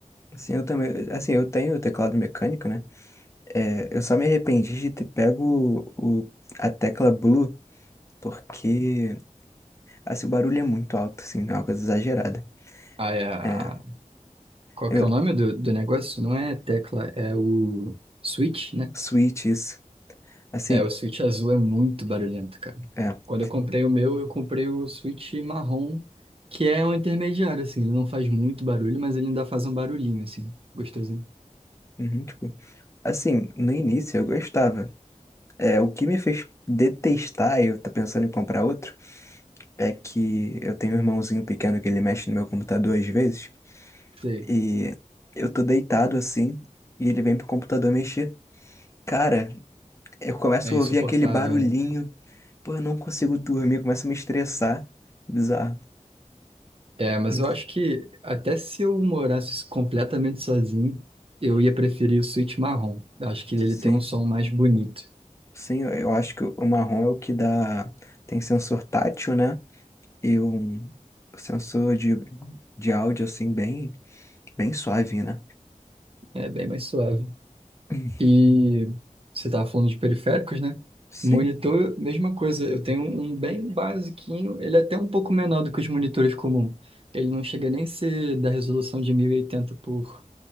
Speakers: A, on the left; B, on the right.
A: Assim, eu também. Assim, eu tenho o teclado mecânico, né? É, eu só me arrependi de ter pego o, o- a tecla blue, porque assim, o barulho é muito alto, assim, é uma coisa exagerada.
B: Ah, é a-
A: É,
B: Qual
A: eu,
B: que é o nome do, do negócio? Não é tecla, é o switch, né?
A: switch isso. Assim,
B: É, o Switch azul é muito barulhento, cara.
A: é.
B: Quando eu comprei o meu, eu comprei o Switch marrom, que é um intermediário, assim. Ele não faz muito barulho, mas ele ainda faz um barulhinho, assim, gostosinho.
A: uhum, tipo, assim, no início eu gostava. É, o que me fez detestar, eu tô pensando em comprar outro, é que eu tenho um irmãozinho pequeno que ele mexe no meu computador às vezes,
B: Sei,
A: e eu tô deitado assim, e ele vem pro computador mexer. Cara, Eu começo
B: é
A: a
B: insuportável,
A: ouvir aquele barulhinho.
B: né?
A: Pô, eu não consigo dormir, começa a me estressar. Bizarro.
B: É, mas
A: Hum.
B: eu acho que até se eu morasse completamente sozinho, eu ia preferir o Switch marrom. Eu acho que
A: Sim,
B: ele tem um som mais bonito.
A: sim, eu eu acho que o marrom é o que dá. Tem sensor tátil, né? E um sensor de, de áudio, assim, bem, bem suave, né?
B: É bem mais suave.
A: Hum.
B: E você estava falando de periféricos, né?
A: Sim.
B: Monitor, mesma coisa. Eu tenho um bem basiquinho, ele é até um pouco menor do que os monitores comuns. Ele não chega nem a ser da resolução de 1080 por